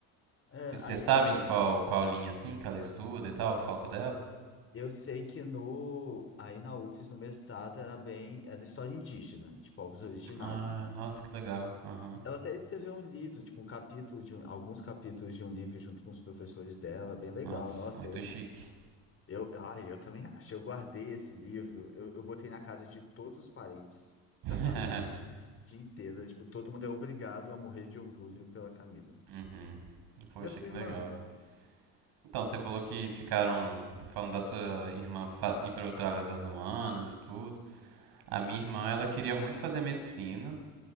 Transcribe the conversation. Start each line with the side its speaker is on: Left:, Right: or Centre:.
Left: É,
Right: E vocês
Left: aí,
Right: sabem
Left: tipo, eu
Right: qual, qual linha assim que ela estuda e tal, o foco dela?
Left: sei que no, aí na UFES, no mestrado, era bem, era história indígena, de povos originários,
Right: Ah,
Left: né?
Right: nossa, que legal. Aham.
Left: Ela até escreveu um livro, tipo, um capítulo de um- alguns capítulos de um livro junto com os professores dela, bem legal.
Right: Nossa,
Left: Nossa,
Right: muito
Left: eu,
Right: chique.
Left: eu, ai, eu também acho. Eu guardei esse livro, eu, eu botei na casa de todos os parentes
Right: <laughs>
Left: da família inteira. Tipo, todo mundo é obrigado a morrer de orgulho pela Camila.
Right: Uhum. Poxa,
Left: E a sua
Right: que
Left: irmã?
Right: legal. Então, você falou que ficaram falando da sua irmã fa- ir para outra área das humanas e tudo. A minha irmã, ela queria muito fazer medicina